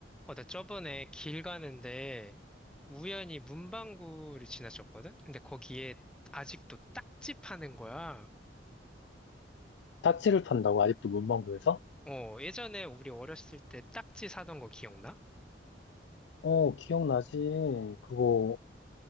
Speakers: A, in the centre; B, on the left.
A: 어, 나 저번에 길 가는데 우연히 문방구를 지나쳤거든? 근데 거기에 아직도 딱지 파는 거야.
B: 딱지를 판다고 아직도 문방구에서?
A: 어, 예전에 우리 어렸을 때 딱지 사던 거 기억나?
B: 어, 기억나지. 그거